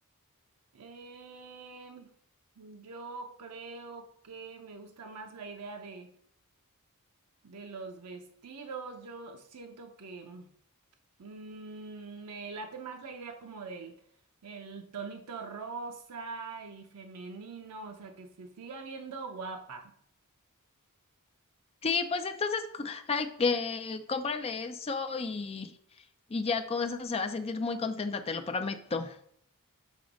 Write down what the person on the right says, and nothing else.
Em, yo creo que me gusta más la idea de, de los vestidos. Yo siento que mm, me late más la idea como del el tonito rosa y femenino, o sea, que se siga viendo guapa.